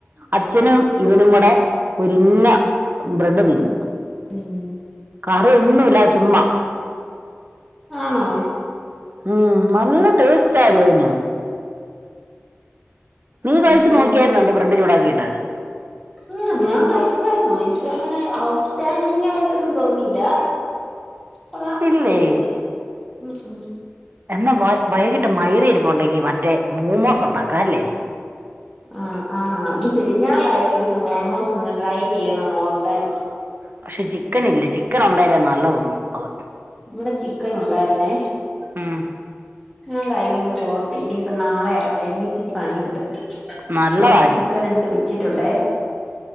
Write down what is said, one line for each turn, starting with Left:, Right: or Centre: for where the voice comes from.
Right: അച്ഛനും ഇവനും കൂടെ ഒരിന്ന ബ്രഡ് തിന്നും
Centre: ഉം
Right: കറിയൊന്നുല്ലാതെ ചുമ്മാ
Centre: ആണോ
Right: ഉം നല്ല ടേസ് റ്റാടി അയിന് നീ കഴിച്ചു
Centre: ഉം
Right: നോക്കിയാരുന്നോ രണ്ട് ബ്ര ഡ് ചൂടാക്കീട്ട്
Centre: ഉം ഞാൻ കഴിച്ചായിരുന്നു എനിക്കങ്ങനെ ഔട്ട്സ്റ്റാൻഡിംഗ് ആയിട്ടൊന്നും തോന്നില്ല കൊള്ളാംന്നു
Right: ഇല്ലേ
Centre: തോന്നി ഉഹും
Right: എന്നാ വൈ വൈകീട്ട് മൈദയിരിപ്പുണ്ട് ഈ മറ്റേ മോമോസുണ്ടാക്ക അല്ലേ
Centre: ആഹ് ആ അത് ശരി ഞാൻ കഴിഞ്ഞൂസം മോമോസ് ഒന്ന് ട്രൈ ചെയ്യണംന്ന് ഓർത്തായിരുന്നു
Right: പക്ഷേ ചിക്കൻ ഇല്ല ചിക്കനുണ്ടലേ നല്ലതുള്ളു അത്
Centre: ഇവടെ ചിക്കൻ ഉണ്ടായിരുന്നേ
Right: ഉം
Centre: ഞാൻ കഴിഞ്ഞുസം ഓർത്തു ഇനിപ്പ നാളെയാവട്ടെ ഇന്നിച്ചിരി പണിയുണ്ട്
Right: നല്ലതാടി
Centre: കൊറച്ച് ചിക്കൻ എടുത്ത് വെച്ചിട്ടുണ്ടെ